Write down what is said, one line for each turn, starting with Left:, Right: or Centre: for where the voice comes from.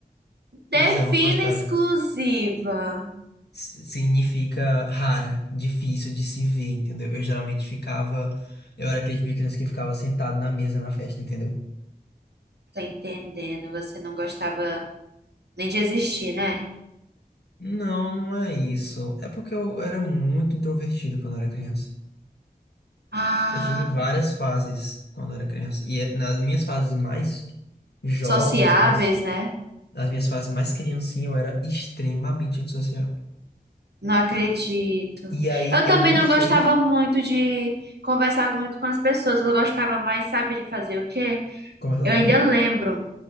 Right: Defina
Left: Mas eu não gostava.
Right: exclusiva.
Left: s- significa rara, difícil de se ver, entendeu? Eu geralmente ficava, eu era aquele tipo de criança que ficava sentado na mesa na festa, entendeu?
Right: Tá entendendo? Você não gostava nem de existir, né?
Left: Não, não é isso. É porque eu era muito introvertido quando eu era criança.
Right: Ah,
Left: Eu tive várias fases quando eu era criança. E é- nas minhas fases mais jovens,
Right: sociáveis,
Left: mais,
Right: né?
Left: nas minhas fases mais criancinha, eu era extremamente antissocial.
Right: Não acredito.
Left: E aí
Right: Eu
Left: eu
Right: também
Left: não
Right: não
Left: sei
Right: gostava
Left: <laughs>
Right: muito de conversar muito com as pessoas. Eu gostava mais, sabe, de fazer o quê?
Left: conversar
Right: Eu
Left: sozinho?
Right: ainda lembro.